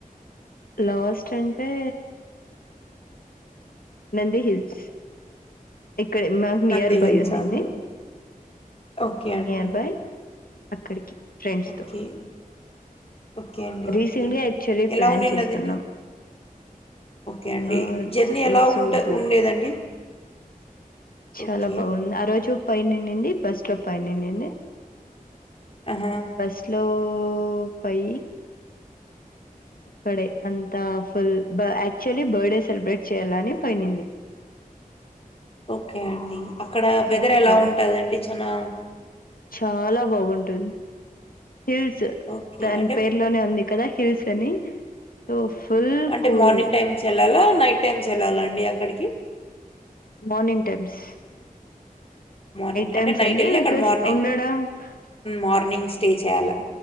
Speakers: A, on the left (about 75°); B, on the left (about 40°).
A: లాస్ట్ అంటే నందిహిల్స్ ఇక్కడ మాకు నియర్
B: నంది
A: బై
B: హిల్సా
A: ఉందింది
B: అండి? ఓకే అండి.
A: నియర్ బై అక్కడికి ఫ్రెండ్స్
B: ఓకే.
A: తో
B: ఓకే అండి.
A: రీసెంట్గా
B: ఓకే.
A: యాక్చువల్లీ
B: ఎలా
A: ప్లాన్
B: ఉండిన్నదండి?
A: చేస్తున్నాం
B: ఓకే అండి
A: ఆ ఇట్స్
B: జర్నీ ఎలా
A: సో
B: ఉంట
A: గుడ్
B: ఉండేదండి
A: చాలా
B: ఓకే.
A: బాగుంది ఆ రోజు పై నిండింది బస్సు లో పై నిండింది
B: ఆహా!
A: బస్లో పై అక్కడే అంతా ఫుల్ యాక్చువలీ బర్త్డే సెలబ్రేట్ చేయాలని పైడింది
B: ఓకే అండి అక్కడ
A: ఒకసారి
B: వెదర్ ఎలా
A: అలా
B: ఉంటదండి చానా
A: చాలా బాగుంటుంది హిల్స్
B: ఓకే.
A: దాని
B: అంటే
A: పేర్లోనే ఉంది కదా హిల్స్ అని సో, ఫుల్
B: అంటే
A: కూల్
B: మార్నింగ్ టైమ్స్ వెళ్ళాలా నైట్ టైమ్స్ వెళ్ళాలా అండి అక్కడికి
A: మార్నింగ్ టైమ్స్
B: మార్నింగ్
A: టైమ్స్
B: అంటే నైట్ వెళ్ళి
A: బికాస్
B: అక్కడ మార్నింగ్
A: ఉండడం ఆ!
B: మార్నింగ్ స్టే చేయాల